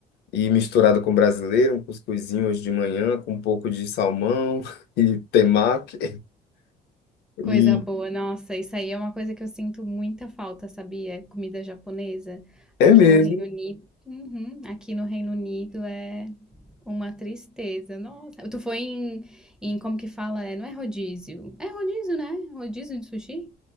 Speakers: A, on the left (about 75°); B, in the centre.
A: e misturada com brasileiro, um cuscuzinho hoje de manhã, com um pouco de salmão <laughs> e temaki. E
B: Coisa boa, nossa, isso aí é uma coisa que eu sinto muita falta, sabia? Comida japonesa
A: é
B: aqui
A: mesmo.
B: no Reino Unido. Uhum, aqui no Reino Unido é uma tristeza. Nossa, tu foi em, em como que fala? É, Não é rodízio? É rodízio, né? Rodízio de sushi?